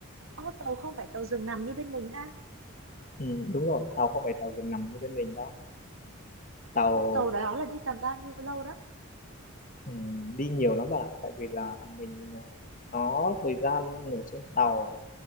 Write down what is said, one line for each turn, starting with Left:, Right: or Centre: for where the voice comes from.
Right: ô tàu không phải tàu giường nằm như bên mình ha
Left: ừ, đúng rồi tàu không phải tàu giường nằm như bên mình đâu tàu
Right: ô tàu đó là đi tầm bao nhiêu lâu đó
Left: ừ, đi nhiều lắm bạn ạ tại vì là mình ờ, có thời gian ở trên tàu